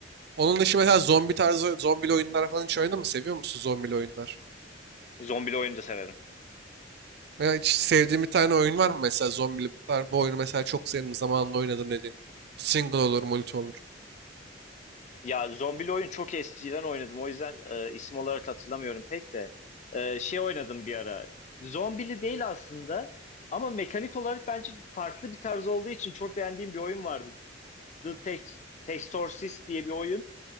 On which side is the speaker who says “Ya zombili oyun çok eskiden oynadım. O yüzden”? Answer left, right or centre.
Left